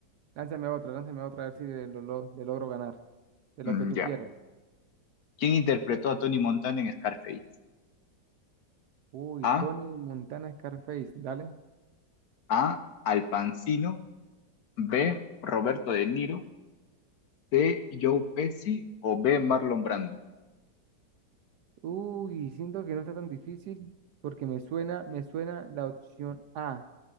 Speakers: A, on the right; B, on the left.
A: lánzame otra, lánzame otra a ver si le lo- lo- le logro ganar, de lo
B: Mm,
A: que tú
B: Ya.
A: quieras.
B: ¿Quién interpretó a Tony Montana en Scarface?
A: Uy,
B: A.
A: Tony Montana Scarface, dale.
B: A. Al Pacino. B. Roberto De Niro. C. Joe Pesci. O B. Marlon Brando.
A: Uy, siento que no está tan difícil porque me suena, me suena la opción A.